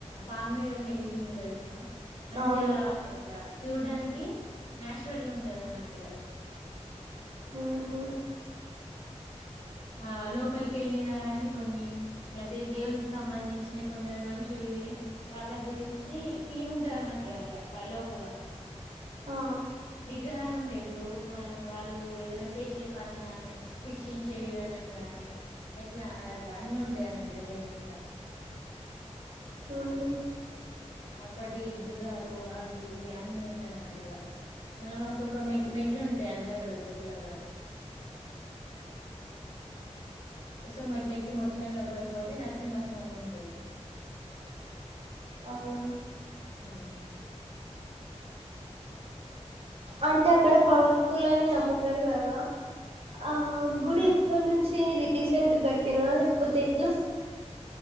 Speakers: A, on the left; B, on the right.
A: పామ్ మీద ఉండే కృష్ణుడంటే ఇష్టమా మంచిగా
B: అవును
A: ఇట్లా చూడ్డానికి నాచురల్ గా ఉంటది అన్నట్టుగా
B: ఉహు
A: ఆ లోపలికి వెళ్ళినా కానీ కొన్ని ప్చ్ అయితే దేవునికి సంబంధించిన కొందరు మనుషుల్ని, వాళ్ళ గురించి థీమ్ ఉంటది అన్న మాటిగా ఇగ వా లోపల
B: ఆ
A: విగ్రహాలు ఉంటాయి, ఇప్పుడు మనం వాళ్ళు ఏదైనా చేసే పని గాని శిక్షించే విధానం గాని ఎట్లా అట్లా అన్ని ఉంటాయి అన్నట్గా జెన్యుూన్ గా,
B: ఆహ
A: అప్పటి గుజాలు అవి ఇవి అన్నీ ఉన్నాయి, అన్నట్టుగా మనం ఒక్కొక్క మె మెట్లు ఉంటాయి, అందులో కూడా లోపల కూడా సో మెట్లెక్కి మొత్తం లోపలికి పోతే నరసింహస్వామి ఉంటడు
B: అవును
A: ఉమ్
B: అంటే అక్కడ పవర్ ఫుల్ అని నమ్ముతారు కదా ఆ గుడి
A: ఆ
B: ఏప్పటి నుంచి రీసెంట్ కట్టినా లేకపోతే ఎట్లా